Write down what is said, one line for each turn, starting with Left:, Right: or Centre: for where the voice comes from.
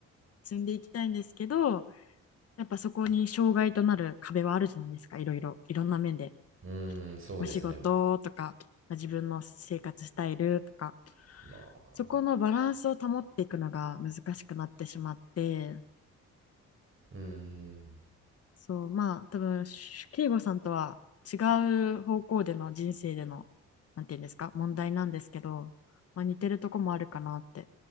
Left: 積んでいきたいんですけど、やっぱそこに障害となる壁はあるじゃないですか、いろいろ、いろんな面で。
Right: うーん、そうですね。
Left: お仕事とか、まあ自分の生活スタイルとか、
Right: まあ、
Left: そこのバランスを保っていくのが難しくなってしまって、
Right: うーん。
Left: そう、まあ、多分、慶吾さんとは違う方向での人生での、なんていうんですか、問題なんですけど、まあ、似てるとこもあるかなって